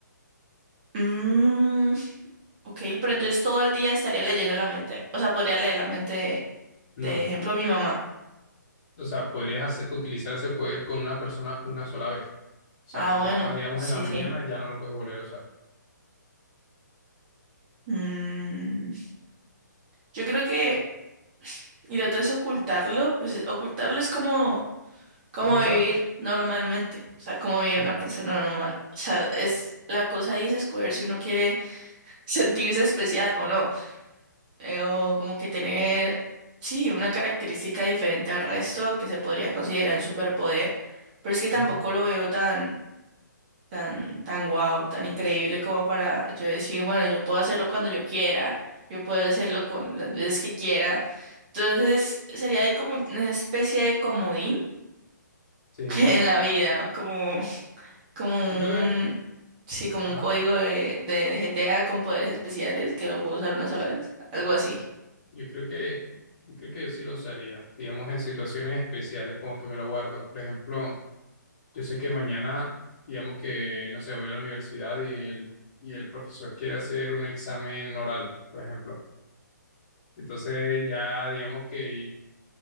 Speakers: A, on the right; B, on the left.
A: mm, ok, pero entonces todo el día estaría leyendo la mente. O sea, podría leer la mente de,
B: No.
A: de ejemplo, mi mamá.
B: O sea, podrías hacer- utilizar ese poder con una persona una sola vez. O sea,
A: Ah,
B: con
A: bueno,
B: tu mamá, digamos,
A: sí,
B: en la mañana
A: sí.
B: ya no lo puedes volver a usar.
A: Mm, yo creo que. Y lo otro es ocultarlo. Pues ocultarlo es como, como
B: No usar.
A: vivir normalmente. O sea, como vivir
B: Sí,
A: una persona normal. O sea, es. La cosa ahí es escoger si uno quiere <laughs> sentirse especial o no. eh, o como que tener, sí, una característica diferente al resto que se podría considerar un superpoder, pero es que
B: sí,
A: tampoco lo veo tan, tan, tan guau, tan increíble como para yo decir, bueno, yo puedo hacerlo cuando yo quiera, yo puedo hacerlo con las veces que quiera. Entonces, sería ahí como una especie de comodín
B: sí.
A: <laughs> en la vida, como, como
B: Yo creo que,
A: un, sí, como
B: ajá.
A: un código de, de, de GTA con poderes especiales que lo puedo usar una sola vez, algo así.
B: Yo creo que, yo creo que yo sí lo usaría, digamos en situaciones especiales, como que me lo guardo. Por ejemplo, yo sé que mañana, digamos que, no sé, voy a la universidad y el, y el profesor quiere hacer un examen oral, por ejemplo. Entonces ya, digamos que,